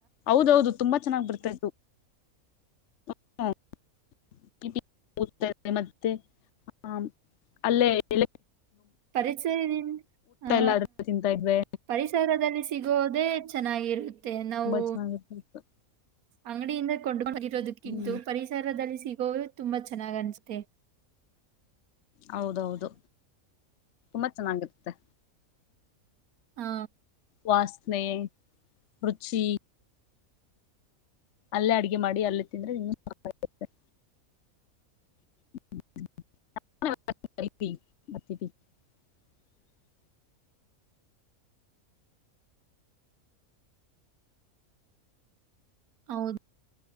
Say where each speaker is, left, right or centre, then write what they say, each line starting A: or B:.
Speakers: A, on the left (about 60°); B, on the right (about 80°).
A: ಹೌದೌದು ತುಂಬಾ ಚೆನ್ನಾಗ್ ಬರ್ತಾ <unintelligible> ಮತ್ತೆ ಹ ಅಲ್ಲೇ ಎ
B: ಪರಿಸರದಿಂದ ಹ
A: ಎಲ್ಲ ಅದ್ರಲ್ಲೇ ತಿಂತಾ ಇದ್ವಿ
B: ಪರಿಸರದಲ್ಲಿ ಸಿಗೋದೇ ಚೆನ್ನಾಗಿರುತ್ತೆ. ನಾವು
A: ಬಚನಾ <inaudible>
B: ಅಂಗಡಿಯಿಂದ ಕೊಂಡ್ಕೊಂಡ್ ಬಂದಿ ದಕ್ಕಿಂತು
A: ಹ್ಮ್
B: ಪರಿಸರದಲ್ಲಿ ಸಿಗ್ ಗೋವಿ ತುಂಬಾ ಚೆನ್ನಾಗ್ ಅನ್ಸುತ್ತೆೆ.
A: ಹೌದೌದು ಮತ್ ಮಂಗತೆ
B: ಹಾ
A: ವಾಸನೆ ರುಚಿ ಅಲ್ಲೇ ಅಡ್ಗೆ ಮಾಡಿ ಅಲ್ಲಿ ತಿಂದ್ರೆ ಇನ್ನೂ. <unintelligible> <inaudible>
B: ಹೌದು